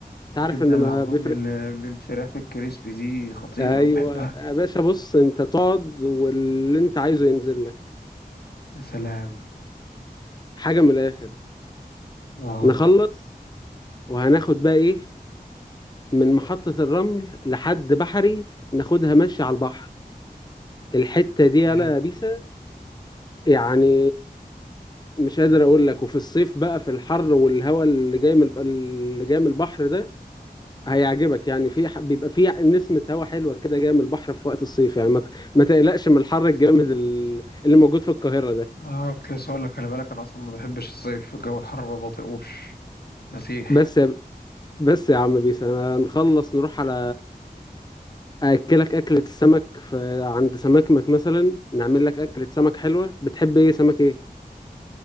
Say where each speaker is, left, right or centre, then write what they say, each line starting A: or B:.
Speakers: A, on the left (about 25°); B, on the left (about 75°).
A: انت
B: الجبنه
A: عارف ان ما
B: اللي عندهم
A: بيفرق
B: ال- بالفراخ الكريسبي دي خطيره
A: ايوه
B: بحبها
A: يا باشا بص انت تقعد واللي انت عايزه ينزل لك
B: يا سلام
A: حاجه من الاخر
B: اه
A: نخلص وهناخد بقى ايه من محطه الرمل لحد بحري ناخدها ماشي على البحر الحته دي
B: تمام
A: يالا يا بيسا يعني مش قادر اقول لك وفي الصيف بقى في الحر والهواء اللي جاي من اللي جاي من البحر ده هيعجبك يعني في ح- بيبقى في نسمة هواء حلوة كده جاية من البحر في وقت الصيف يعني ما ت- ما تقلقش من الحر الجامد ال- اللي موجود في القاهرة ده
B: اه كنت لسه هقول لك خلي بالك انا اصلا ما بحبش الصيف الجو الحر ما بطيقوش مسيح
A: بس بس يا عم بيس انا نخلص نروح على اكلك اكلة السمك في عند سمكمك مثلا نعمل لك اكلة سمك حلوة بتحب ايه سمك ايه